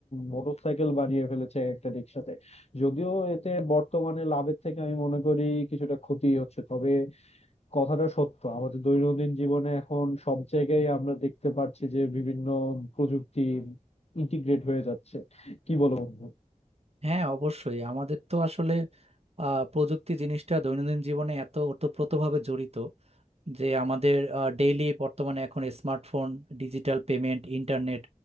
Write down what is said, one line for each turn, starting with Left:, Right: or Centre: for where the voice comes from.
Left: মোটরসাইকেল বানিয়ে ফেলেছে একটা রিক্সাতে যদিও এতে বর্তমানে লাভের থেকে আমি মনে করি কিছুটা ক্ষতি হচ্ছে তবে কথাটা সত্য আমাদের দৈনন্দিন জীবনে এখন সব জায়গায় আমরা দেখতে পাচ্ছি যে বিভিন্ন প্রযুক্তি ইন্টিগ্রেট হয়ে যাচ্ছে কি বলো বন্ধু
Right: হ্যাঁ অবশ্যই আমাদের তো আসলে আহ, প্রযুক্তি জিনিসটা দৈনন্দিন জীবনে এত ওতপ্রোতভাবে জড়িত যে আমাদের ডেইলি বর্তমানে এখন স্মার্টফোন ডিজিটাল পেমেন্ট ইন্টারনেট